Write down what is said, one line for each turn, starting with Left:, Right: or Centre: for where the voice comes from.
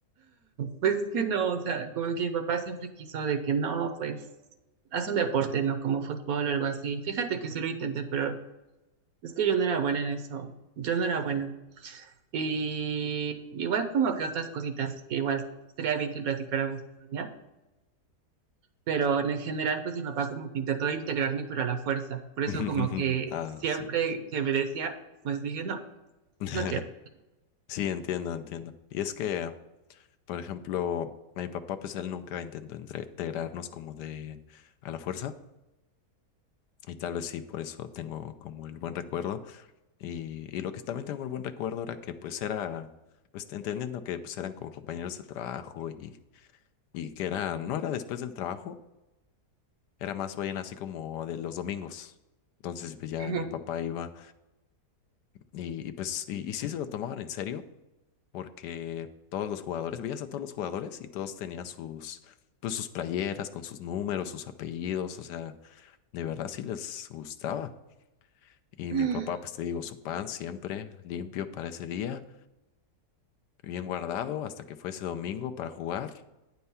Right: Pues es que no, o sea, como que mi papá siempre quiso de que no, pues haz un deporte, ¿no? Como fútbol o algo así. Fíjate que sí lo intenté, pero es que yo no era buena en eso. Yo no era buena. Y igual como que otras cositas que igual sería bien que platicáramos otro día. Pero en general, pues mi papá como que intentó integrarme, pero a la fuerza. Por eso
Left: <laughs>
Right: como que siempre
Left: Ah, sí.
Right: que me decía, pues dije, no,
Left: <laughs>
Right: no quiero.
Left: Sí, entiendo, entiendo. Y es que, por ejemplo, mi papá, pues él nunca intentó entre- integrarnos como de a la fuerza. Y tal vez sí, por eso tengo como el buen recuerdo. Y, y lo que también tengo el buen recuerdo era que pues era, pues entendiendo que pues eran como compañeros de trabajo y, y que era, no era después del trabajo, era más bien así como de los domingos. Entonces, pues ya
Right: <laughs>
Left: mi papá iba y, y pues, y, y sí se lo tomaban en serio, porque todos los jugadores, veías a todos los jugadores y todos tenían sus, pues sus playeras con sus números, sus apellidos, o sea, de verdad sí les gustaba. Y
Right: Ujú.
Left: mi papá, pues te digo, su pan siempre limpio para ese día, bien guardado hasta que fue ese domingo para jugar